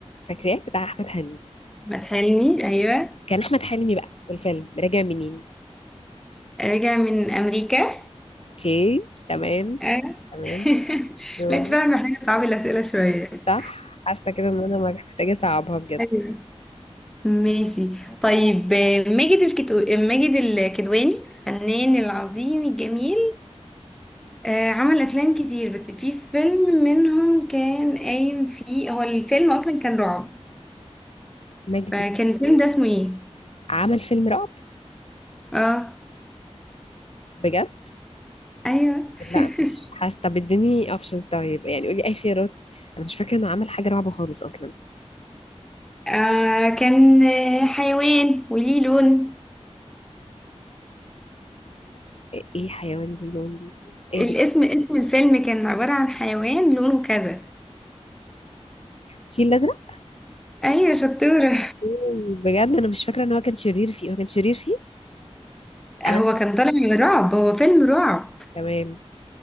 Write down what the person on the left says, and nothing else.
فاكراه بتاع احمد حلمي
كان احمد حلمي بقى في الفيلم راجع منين
اوكي تمام
تمام
برافو
صح حاسه كده ان انا محتاجه اصعبها بجد
ماجد
الكدواني
عمل فيلم رعب
بجد
لا
مش مش حاسه طب اديني اوبشنز طيب يعني قولي اي خيارات انا مش فاكره انه عمل حاجه رعب خالص اصلا
ايه إيه حيوان ليه لون ليه ايه
ده
الفيل الازرق
أوه، بجد انا مش فاكره ان هو كان شرير فيه هو كان شرير فيه
انا
تمام